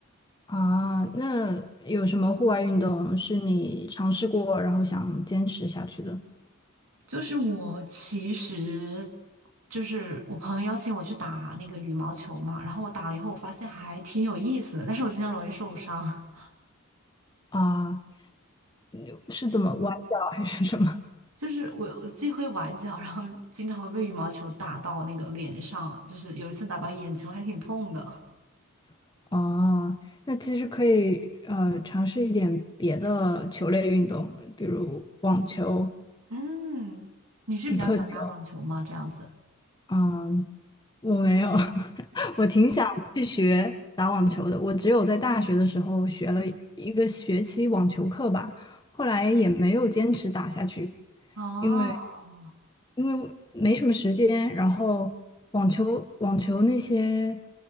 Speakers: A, on the left; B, on the right.
A: 啊，那有什么户外运动是你尝试过，然后想坚持下去的？
B: 就是我其实就是我朋友邀请我去打那个羽毛球嘛，然后我打了以后，我发现还挺有意思的，但是我经常容易受伤。<laughs>
A: 啊，有是怎么崴脚还是什么？
B: 就是我我既会崴脚，然后经常会被羽毛球打到那个脸上，就是有一次打到眼睛，还挺痛的。
A: <laughs> 哦，那其实可以呃尝试一点别的球类运动，比如网球、
B: 嗯，你是比较喜欢打网球吗？
A: 皮克球。
B: 这样子。
A: 嗯，我没有，<laughs> 我挺想去学打网球的。我只有在大学的时候学了一个学期网球课吧，后来也没有坚持打下去，
B: 哦，
A: 因为因为我没什么时间，然后网球网球那些